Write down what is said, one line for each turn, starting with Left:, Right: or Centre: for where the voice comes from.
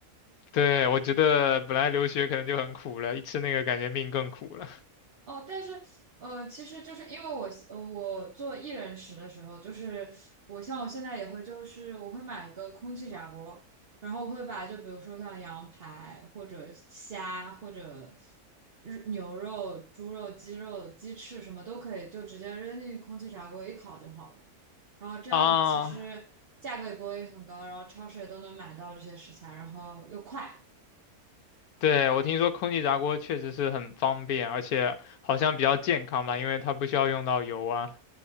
Left: 对，我觉得本来留学可能就很苦了，一吃那个感觉命更苦了。
Right: 哦，但是呃，其实就是因为我呃，我做一人食的时候，就是我像我现在也会，就是我会买一个空气炸锅，然后我会把就比如说像羊排或者虾或者日牛肉、猪肉、鸡肉、鸡翅什么都可以，就直接扔进空气炸锅一烤就好了。然后这样其实价格也不会很高，
Left: 啊，
Right: 然后超市也都能买到这些食材，然后又快。
Left: 对，我听说空气炸锅确实是很方便，而且好像比较健康吧，因为它不需要用到油啊。